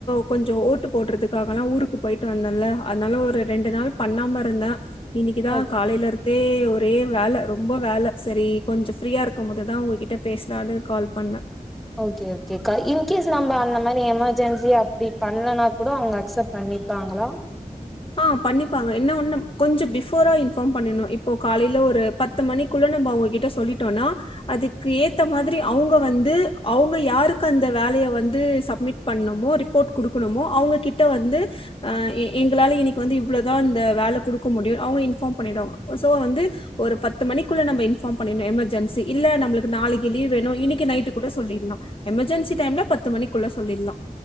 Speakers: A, on the left; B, in the centre.
A: கொஞ்ச ஓட்டு போடுறதுக்காகலா ஊருக்கு போயிட்டு வந்தேன்ல அதனால ஒரு ரெண்டு நாள் பண்ணாம இருந்த இன்னிக்குதா
B: ஓ
A: காலைலருந் தே ஒரே வேல ரொம்ப வேல சரி கொஞ்சம் ஃப்ரீயா இருக்கு போதுதா உங்ககிட்ட பேசலானு கால் பண்ண
B: ஓகே ஓகே கா இன்கேஸ் நம்ப அந்தமாரி எமர்ஜென்சி அப்படி பண்லனா கூட அவங்க அக்செப்ட் பண்ணிப்பாங்களா
A: ஆ பண்ணிப்பாங்க என்ன ஒன்னு கொஞ்ச பிபோரா இன்ஃபார்ம் பண்ணனு இப்போ காலைல ஒரு பத்து மணிக்குள்ள நம்ம அவங்ககிட்ட சொல்லிட்டோனா அதுக்கு ஏத்த மாதிரி அவங்க வந்து அவங்க யாருக்கு அந்த வேலைய வந்து சப்மிட் பண்ணமோ ரிப்போர்ட் குடுக்கணுமோ அவங்ககிட்ட வந்து எ குளால இன்னிக்கு வந்து இவ்ளோதா இந்த வேல குடுக்க முடியு அவ்ங்க இன்ஃபார்ம் பண்ணிடுவாங்க சோ வந்து ஒரு பத்து மணிக்குள்ள நம்ம இன்பார்ம் பண்ணிடனும் எமர்ஜென்சி இல்ல நம்மளுக்கு நாளைக்கு லீவ் வேணும் இன்னைக்கு நைட் கூட சொல்லிடலா எமர்ஜென்சி டைம்ல பத்து மணிக்குள்ள சொல்லிடலா